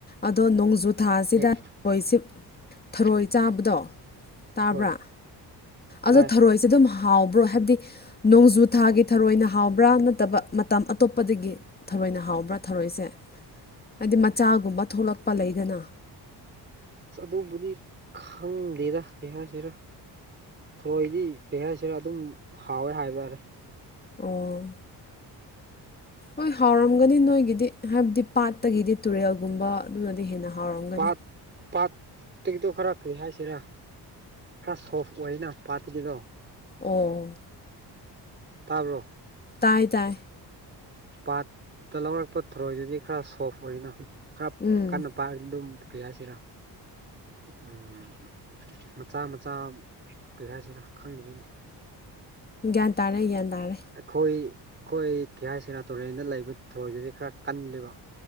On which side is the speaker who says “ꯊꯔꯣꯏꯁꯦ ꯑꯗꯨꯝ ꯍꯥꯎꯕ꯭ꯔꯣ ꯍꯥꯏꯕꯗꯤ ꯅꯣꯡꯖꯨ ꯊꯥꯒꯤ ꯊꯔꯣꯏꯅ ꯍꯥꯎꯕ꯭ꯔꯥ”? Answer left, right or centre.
Left